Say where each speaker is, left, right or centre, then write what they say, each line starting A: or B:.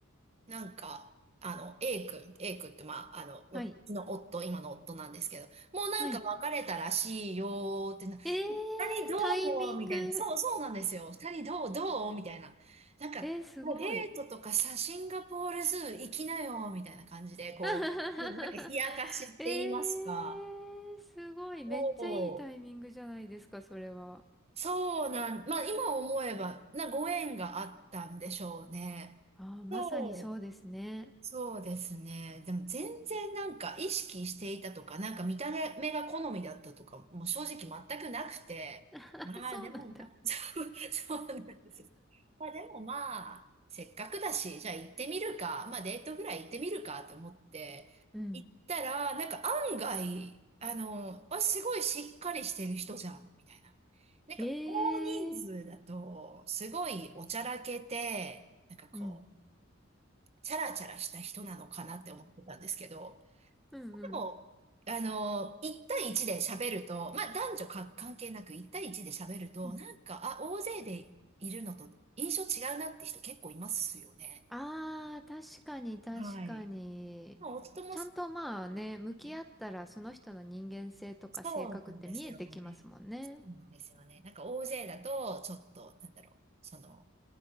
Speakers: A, on the right; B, in the centre.
A: なんか、あの、A 君、A 君って、まあ、あの、ううちの夫、
B: はい、
A: 今の夫なんですけど、もうなんか別れたらしいよーってな、
B: はい。えー、
A: 二人どうもみたいな。
B: タイミング。
A: そう、そうなんですよ。二人どう、どうみたいな。なんか、
B: えー、すごい。
A: デートとかさ、シンガポールズー行きなよみたいな感じで、こう、
B: <laughs>
A: でもなんか冷やかしって言いますか。
B: えー、すごい。めっちゃいいタイミングじゃないですか、
A: そ
B: それは。
A: う、そうなん、まあ今思えば、な、ご縁があったんでしょうね。
B: ああ、まさにそうですね。
A: そうそうですね。でも全然なんか意識していたとか、なんか見た目が好みだったとか、もう正直全くなくて。
B: <laughs>
A: まあでもな、
B: そうなんだ。
A: <laughs> そう、そうなんですよ。まあでもまあ、せっかくだし、じゃあ行ってみるか、まあデートぐらい行ってみるかって思って、
B: うん。
A: 行ったら、なんか案外、あの、あ、すごいしっかりしてる人じゃん、みたいな。なんか大人数だと、
B: えー、
A: すごいおちゃらけて、なんかこう、
B: うん。
A: チャラチャラした人なのかなって思ってたんですけど、
B: うん
A: でも、あの、1対1で喋ると、まあ男女か関係なく1対1で喋ると、
B: うん。
A: なんか、あ、大勢でいるのと印象違うなって人結構いますよね。
B: ああ、確かに確かに。
A: はい。まあ夫もそうですね。
B: ちゃんとまあね、向き合ったらその人の人間性とか性格って見えてきますもんね。
A: そうなんですよね。そうなんですよね。なんか大勢だと、ちょっと、なんだろう、その、